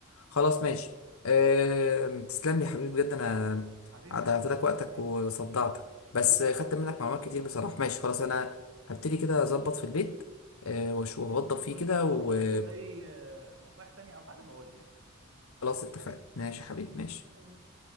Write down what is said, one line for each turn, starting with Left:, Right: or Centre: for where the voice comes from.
Left: خلاص ماشي أه... تسلم لي يا حبيبي بجد انا
Right: حبيبي
Left: ضيعت
Right: يا اسطى
Left: لك
Right: ربنا
Left: وقتك
Right: يخليك
Left: وصدعتك بس
Right: لا لا
Left: خدت
Right: عادي
Left: منك معلومات كتير بصراحه ماشي خلاص انا هبتدي كده اظبط في البيت أه... واشوف اوضب فيه
Right: وانت
Left: كده
Right: لو
Left: وخلاص
Right: برضه محتاج اي آه، نصايح تانية او حاجه بقول لي يعني
Left: اتفقنا ماشي
Right: خلصان
Left: يا حبيبي ماشي
Right: سلام